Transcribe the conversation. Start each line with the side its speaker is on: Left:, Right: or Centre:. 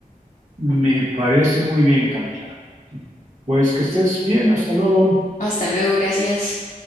Right: Me parece muy bien, Camila. Pues que estés bien, hasta luego.
Left: Hasta luego, gracias.